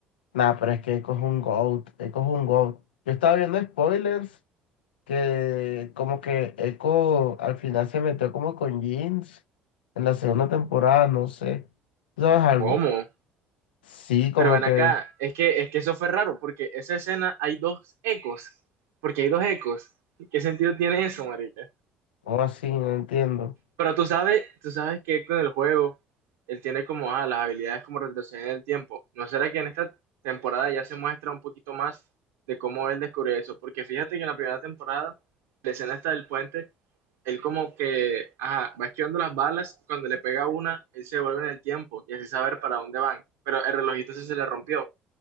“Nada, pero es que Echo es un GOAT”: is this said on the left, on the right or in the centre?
Left